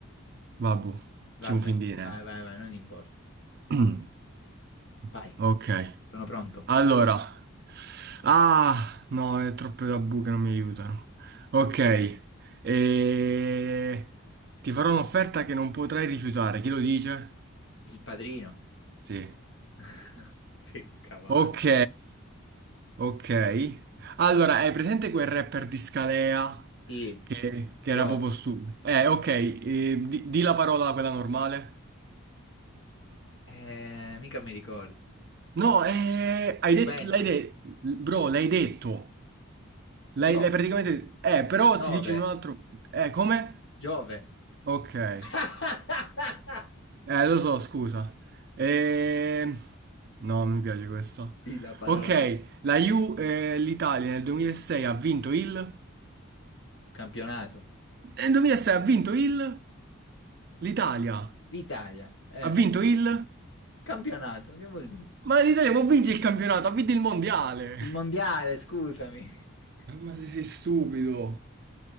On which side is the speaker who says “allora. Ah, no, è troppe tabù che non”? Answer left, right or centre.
Right